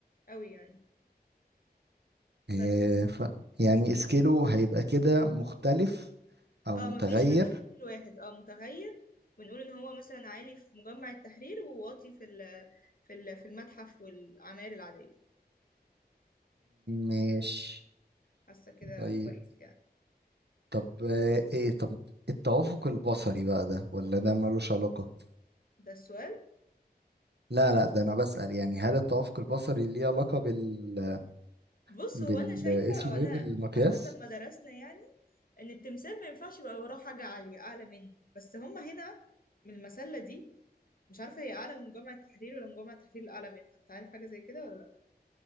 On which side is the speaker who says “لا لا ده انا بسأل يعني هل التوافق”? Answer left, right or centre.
Right